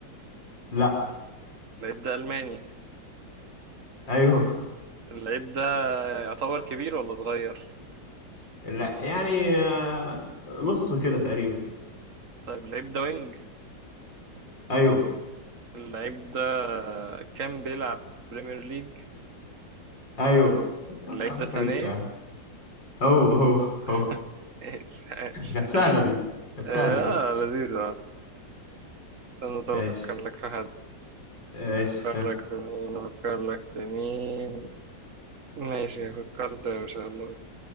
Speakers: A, on the left (about 75°); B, on the right (about 45°).
A: لا
B: اللعيب ده ألماني
A: ايوه
B: اللعيب ده يعتبر كبير ولا صغير
A: لا يعني آه نص كده تقريبا
B: طيب اللعيب ده وينج
A: ايوه
B: اللعيب ده كان بيلعب في بريمير ليج
A: ايوه اتوقع
B: اللعيب ده
A: انت
B: سانيه
A: جيت فيها هو هو
B: <laughs>
A: هو
B: إيش إيش
A: كانت سهله دي كانت
B: آه
A: سهله دي
B: لذيذة استنى طب أفكر
A: ماشي
B: لك في حد
A: ماشي
B: أفكر
A: ها.
B: لك في مين أفكر لك في مين ماشي فكرت يا باشا يلا بينا